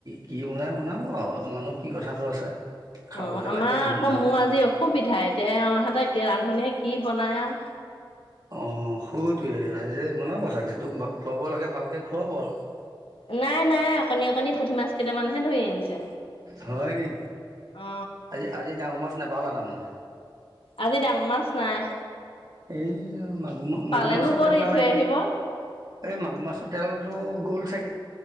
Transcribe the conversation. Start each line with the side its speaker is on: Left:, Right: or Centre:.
Right: কি বনাই বনাব আৰু, আমাৰনো কি কথাটো আছে। খাবহে
Left: অ আমাৰ
Right: লাগে ধুমধাম
Left: আকৌ মোৰ
Right: আৰু
Left: আজি অসুবিধা এতিয়া এওহঁতে ৰান্ধনীয়ে কি বনাই আৰু,
Right: অ শুইটোৱে ৰাইজে বনাব চাগে তোক খুৱাব লাগে ভালকে খুৱাব আৰু,
Left: নাই নাই অকণি অকণি পুঠি মাছ কেইটামানহে ধৰি আনিছে।
Right: হয় নি
Left: অ
Right: আজি আজি ডাঙৰ মাছ নেপালে তাৰমানে,
Left: আজি ডাঙৰ মাছ নাই।
Right: এই মাগুৰ
Left: পালেনো
Right: মাগুৰ মাছৰ
Left: ক'ত
Right: তেল
Left: এৰি
Right: নালাগিলে।
Left: থৈ আহিব।
Right: এই মাগুৰ মাছৰ তেলটো গ'ল চাগে,